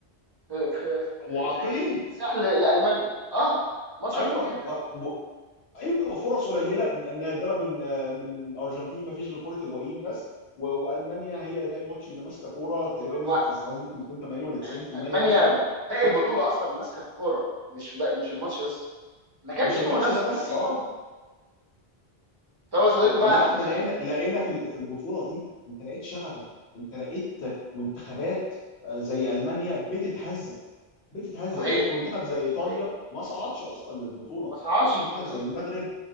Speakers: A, on the right (about 35°); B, on the left (about 80°).
A: في في في- يعني
B: وعقيم
A: كان في اكتساح ل- لالمانيا اه ماتش
B: ايوه
A: عقيم جدا
B: آه، و- ايوه فرص قليله ن- نادره من آه، من ارجنتين ما فيش غير كره هيجوين بس و- والمانيا هي باقي الماتش اللي ماسكه كوره تقريبا
A: هو
B: نسبه الاستحواذ ممكن تكون 80 ولا 90%
A: أل- المانيا
B: مثلا
A: باقي البطوله اصلا ماسكه الكوره مش باقي مش الماتش بس ما كانش
B: مش الماتش
A: فيه منافسه
B: ده بس
A: يعني
B: اه
A: طب يا صديقي بقى
B: انما احنا
A: يعني
B: لقينا لقينا في ال- في البطوله دي انت لقيت شغفك انت لقيت منتخبات آه، زي المانيا بتتهزق بتتهزق
A: صحيح
B: لقيت منتخب زي ايطاليا
A: صحيح
B: ما صعدش اصلا للبطوله
A: ما صعدش
B: لقيت منتخب
A: بالظبط
B: زي المغرب